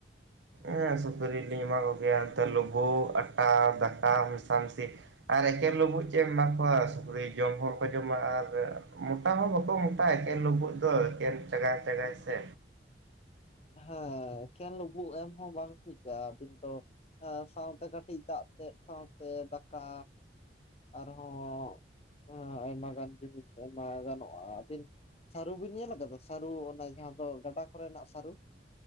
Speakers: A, on the right (about 80°); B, on the left (about 35°).
A: ᱦᱸ ᱥᱩᱠᱨᱤᱞᱤᱧ ᱮᱢᱟ ᱠᱚᱜᱮᱭᱟ ᱮᱱᱛᱮ ᱞᱩᱵᱩᱜ ᱟᱴᱟ ᱫᱟᱠᱟ ᱢᱮᱥᱟᱢᱤᱥᱤ ᱟᱨ ᱮᱠᱮᱱ ᱞᱩᱵᱩᱜ ᱪᱮᱫ ᱮᱢ ᱮᱢᱟ ᱠᱚᱣᱟ ᱥᱩᱠᱨᱤ ᱡᱚᱢ ᱦᱚᱸ ᱵᱟᱠᱚ ᱡᱚᱢᱟ ᱟᱨ ᱢᱚᱴᱟ ᱦᱚᱸ ᱵᱟᱠᱚ ᱢᱚᱴᱟᱼᱟ ᱮᱠᱮᱱ ᱞᱩᱵᱩᱜ ᱫᱚ ᱮᱠᱮᱱ ᱞᱩᱵᱩᱜ ᱫᱚ ᱪᱟᱜᱟᱭ ᱪᱟᱜᱟᱭ ᱥᱮ
B: ᱦᱮᱸ ᱮᱠᱷᱮᱱ ᱞᱩᱵᱩᱜ ᱮᱢ ᱦᱚᱸ ᱵᱟᱝ ᱴᱷᱤᱠᱟ ᱟᱹᱵᱤᱱ ᱫᱚ ᱥᱟᱶᱛᱮ ᱠᱟᱹᱴᱤᱡ ᱫᱟᱜ ᱛᱮᱫ ᱥᱟᱶᱛᱮ ᱫᱟᱠᱟ ᱟᱨᱦᱚᱸ ᱟᱭᱢᱟ ᱜᱟᱱ ᱡᱤᱱᱤᱥ ᱮᱢᱟ ᱜᱟᱱᱚᱜᱼᱟ ᱟᱹᱵᱤᱱ- ᱥᱟᱹᱨᱩ ᱵᱤᱱ ᱧᱮᱞ ᱟᱠᱟᱫᱟ ᱥᱟᱹᱨᱩ ᱚᱱᱟ ᱡᱟᱦᱟᱸ ᱫᱚ ᱜᱟᱰᱟ ᱠᱚᱨᱮᱱᱟᱜ ᱥᱟᱹᱨᱩ